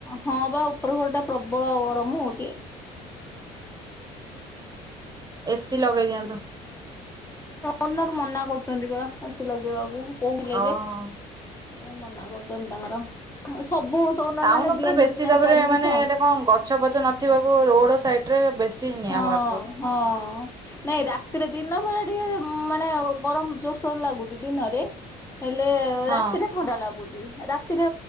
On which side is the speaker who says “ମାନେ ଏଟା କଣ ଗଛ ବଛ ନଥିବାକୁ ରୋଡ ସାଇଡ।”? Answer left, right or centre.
Right